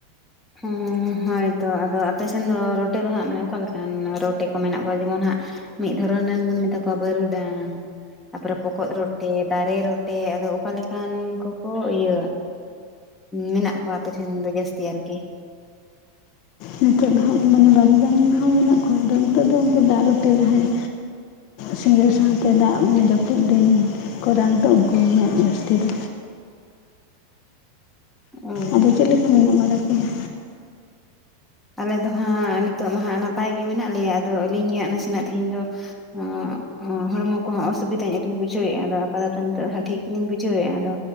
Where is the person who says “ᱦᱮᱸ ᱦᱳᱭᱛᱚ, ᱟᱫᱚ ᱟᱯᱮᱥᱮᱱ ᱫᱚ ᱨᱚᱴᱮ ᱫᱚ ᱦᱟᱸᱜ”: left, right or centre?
Centre